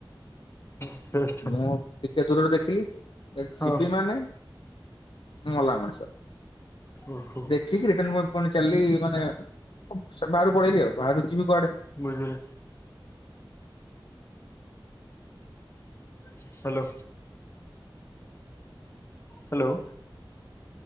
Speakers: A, on the left; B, on the left.
A: ହୁ ହେଁ
B: ମୁଁ ଟିକେ ଦୂରରୁ ଦେଖିଲି ଏ
A: ହଁ
B: ଯିବି ମାନେ ମଲା ମଣିସ।
A: ଓହୋ।
B: ଠିକ ରିଟର୍ଣ ପାଇଁ ପୁଣି ଚାଲଲି ମାନେ ବାହାରକୁ ପଳେଇଲି ଆଉ ବାହାରୁ ଯିବି କୁଆଡେ।
A: ବୁଝିଲି। Hello. Hello.